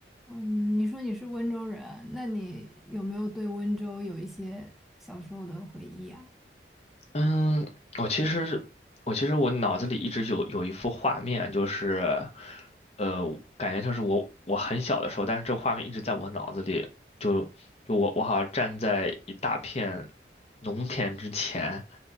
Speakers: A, in the centre; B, on the left.
A: 嗯，你说你是温州人，那你有没有对温州有一些小时候的回忆啊？
B: 嗯，我其实我其实我脑子里一直有有一幅画面，就是，呃，感觉像是我我很小的时候，但是这画面一直在我脑子里，就就我我好像站在一大片农田之前，